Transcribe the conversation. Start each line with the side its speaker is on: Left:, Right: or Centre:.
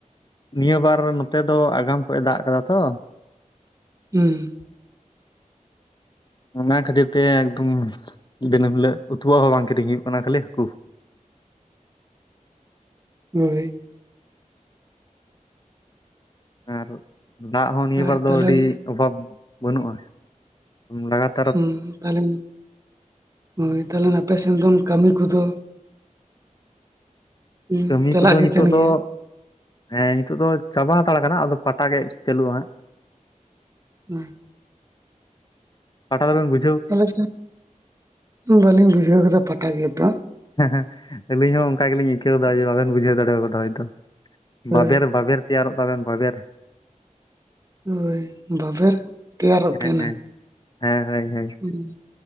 Left: ᱱᱤᱭᱟᱹ ᱵᱟᱨ ᱱᱚᱛᱮ ᱫᱚ ᱟᱜᱟᱢ ᱠᱷᱚᱡ ᱮ ᱫᱟᱜ ᱠᱟᱫᱟ ᱛᱚ,
Right: ᱦᱩᱸ᱾
Left: ᱚᱱᱟ ᱠᱷᱟᱹᱛᱤᱨ ᱛᱮ ᱮᱠᱫᱚᱢ ᱫᱤᱱᱟᱹᱢ ᱦᱤᱞᱟᱹᱜ ᱩᱛᱩᱣᱟᱜ ᱦᱚᱸ ᱵᱟᱝ ᱠᱤᱨᱤᱧ ᱦᱩᱭᱩᱜ ᱠᱟᱱᱟ ᱠᱷᱟᱹᱞᱤ ᱦᱟᱹᱠᱩ ᱾
Right: ᱦᱳᱭ᱾
Left: ᱟᱨ ᱫᱟᱜ ᱦᱚᱸ ᱱᱤᱭᱟᱹ
Right: ᱟᱨ
Left: ᱵᱟᱨ ᱫᱚ
Right: ᱛᱟᱦᱞᱮᱱ
Left: ᱟᱹᱰᱤ ᱚᱵᱷᱟᱵᱽ ᱵᱟᱹᱱᱩᱜᱼᱟ, ᱞᱟᱜᱟᱛ
Right: ᱦᱮᱸ ᱛᱟᱦᱚᱞᱮ ᱦᱳᱭ ᱛᱟᱦᱚᱞᱮ ᱟᱯᱮᱥᱮᱱ ᱫᱚ ᱠᱟᱹᱢᱤ ᱠᱚᱫᱚ? ᱦᱩᱸ
Left: ᱠᱟᱹᱢᱤ
Right: ᱪᱟᱞᱟᱜ
Left: ᱠᱚᱫᱚ
Right: ᱜᱮ
Left: ᱱᱤᱛᱚᱜ
Right: ᱛᱟᱦᱮᱱ
Left: ᱫᱚ
Right: ᱜᱮᱭᱟ
Left: ᱦᱮᱸ ᱱᱤᱛᱚᱜ ᱫᱚ ᱪᱟᱵᱟ ᱦᱟᱛᱟᱲ ᱠᱟᱱᱟ ᱟᱫᱚ ᱯᱟᱴᱟ ᱜᱮ ᱪᱟᱹᱞᱩᱜᱼᱟ ᱦᱟᱸᱜ᱾
Right: <inaudible>
Left: ᱯᱟᱴᱟ ᱫᱚᱵᱮᱱ ᱵᱩ
Right: ᱟᱞᱮᱥᱮᱫ ᱵᱟᱹᱞᱤᱧ ᱵᱩᱡᱷᱟᱹᱣ ᱠᱮᱫᱟ ᱯᱟᱴᱟ ᱜᱮᱫ ᱫᱚ ᱦᱟᱸᱜ᱾
Left: ᱦᱮᱸ ᱦᱮᱸ ᱟᱹᱞᱤᱧ ᱦᱚᱸ ᱚᱝᱠᱟ ᱜᱮᱞᱤᱧ ᱟᱹᱭᱠᱟᱹᱣ ᱫᱟ ᱡᱮ ᱵᱟᱵᱮᱱ ᱵᱩᱡᱷᱟᱹᱣ ᱫᱟᱲᱮᱣ ᱠᱟᱫᱟ ᱦᱳᱭ ᱛᱚ᱾
Right: ᱦᱳᱭ
Left: ᱵᱟᱵᱮᱨ ᱵᱟᱵᱮᱨ ᱛᱮᱭᱟᱨᱚᱜ ᱛᱟᱵᱮᱱ ᱵᱟᱵᱮᱨ,
Right: ᱦᱳᱭ ᱵᱟᱵᱮᱨ ᱛᱮᱭᱟᱨᱚᱜ ᱛᱟᱦᱮᱸᱱᱟ?
Left: ᱦᱮᱸ ᱦᱮᱸ ᱦᱮᱸ ᱦᱳᱭ ᱦᱳᱭ᱾
Right: ᱩᱸ᱾